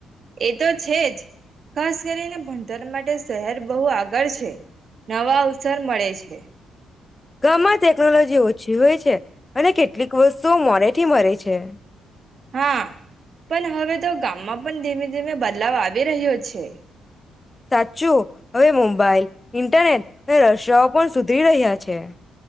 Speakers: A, on the right; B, on the left.
A: એ તો છેજ. ખાસ કરીને ભણતર માટે શહેર બહુ આગળ છે. નવા અવસર મળે છ છે.
B: ગમાં ટેકનોલોજી ઓછી હોય છ છે, અને કેટલીક વસ્તુ મોડે થી મળે છે.
A: હા. પન હવે તો ગામમાં પૉ ધીમે-ધીમે બદલાવ આવી રહ્યો છે.
B: સાચું. હવે મોબાાઈલ ઇન્ટરનેટ અને રશિયાઓ પણ સુધરી રહ્યા છ છે.